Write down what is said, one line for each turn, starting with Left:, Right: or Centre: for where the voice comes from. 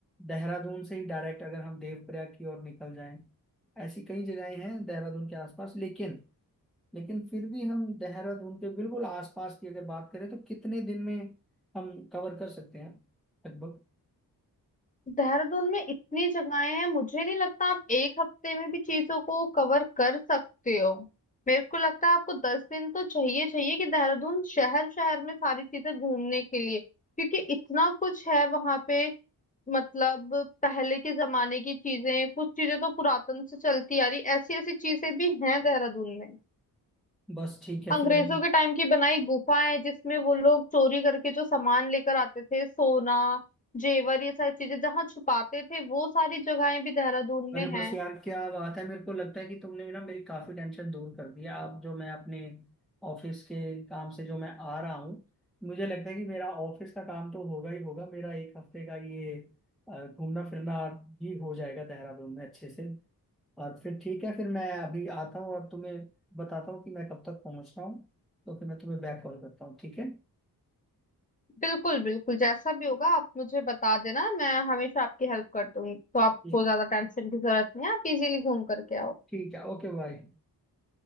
Centre: देहरादून से ही डायरेक्ट अगर हम देवप्रयाग की ओर निकल जाएं ऐसी कई जगहें हैं देहरादून के आसपास लेकिन लेकिन फिर भी हम देहरादून के बिल्कुल आसपास की अगर बात करें तो कितने दिन में हम कवर कर सकते हैं लगभग
Left: देहरादून में इतनी जगहें हैं मुझे नहीं लगता आप एक हफ्ते में भी चीजों को कवर कर सकते हो मेरे को लगता है आपको दस दिन तो चाहिए चाहिए कि देहरादून शहर शहर में सारी चीजें घूमने के लिए क्योंकि इतना कुछ है वहां पे मतलब पहले के जमाने की चीजें कुछ चीजें तो पुरातन से चलती आ रही ऐसी ऐसी चीजें भी हैं देहरादून में
Centre: बस ठीक है
Left: अंग्रेजों
Centre: फिर
Left: के टाइम की बनाई गुफाएं जिसमें वो लोग चोरी करके जो सामान लेकर आते थे सोना जेवर ये सारी चीजें जहाँ छुपाते थे वो सारी जगहें भी देहरादून में
Centre: अरे बस
Left: हैं
Centre: यार क्या बात है मेरे को लगता है कि तुमने ना मेरी काफी टेंशन दूर कर दिया अब जो मैं अपने ऑफिस के काम से जो मैं आ रहा हूँ मुझे लगता है कि मेरा ऑफिस का काम तो होगा ही होगा मेरा एक हफ्ते का ये अ, घूमना फिरना भी हो जाएगा देहरादून में अच्छे से और फिर ठीक है फिर मैं अभी आता हूँ और तुम्हें बताता हूँ कि मैं कब तक पहुँच रहा हूँ तो फिर मैं तुम्हें बैक कॉल करता हूँ ठीक है
Left: बिल्कुल बिल्कुल जैसा भी होगा आप मुझे बता देना मैं हमेशा आपकी हेल्प कर दूंगी तो आपको
Centre: जी
Left: ज्यादा टेंशन की जरूरत नहीं है आप इजीली घूम करके आओ
Centre: ठीक है ओके बाय